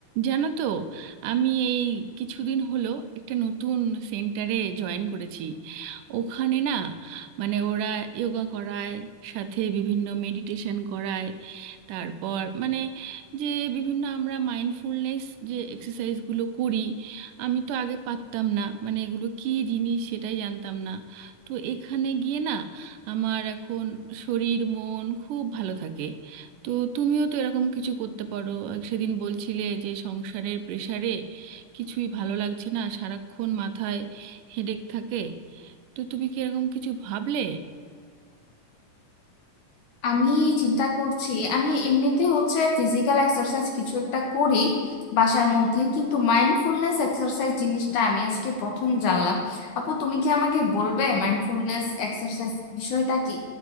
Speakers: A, on the right (about 80°); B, on the left (about 70°).
A: জানো তো আমি এই কিছুদিন হলো একটা নতুন সেন্টারে জয়েন করেছি ওখানে না মানে ওরা যোগা করায় সাথে বিভিন্ন মেডিটেশন করায় তারপর মানে যে বিভিন্ন আমরা মাইন্ডফুলনেস যে এক্সারসাইজগুলো করি আমি তো আগে পারতাম না মানে এগুলো কী জিনিস সেটাই জানতাম না তো এখানে গিয়ে না আমার এখন শরীর মন খুব ভালো থাকে তো তুমিও তো এরকম কিছু করতে পারো এক সেদিন বলছিলে যে সংসারের প্রেসারে কিছুই ভালো লাগছে না সারাক্ষণ মাথায় হেডেক থাকে তো তুমি কি এরকম কিছু ভাবলে
B: আমি চিন্তা করছি আমি এমনিতে হচ্ছে ফিজিক্যাল এক্সারসাইজ কিছু একটা করি বাসার মধ্যে কিন্তু মাইন্ডফুলনেস এক্সারসাইজ জিনিসটা আমি আজকে প্রথম জানলাম আপু তুমি কি আমাকে বলবে মাইন্ডফুলনেস এক্সারসাইজ বিষয়টা কি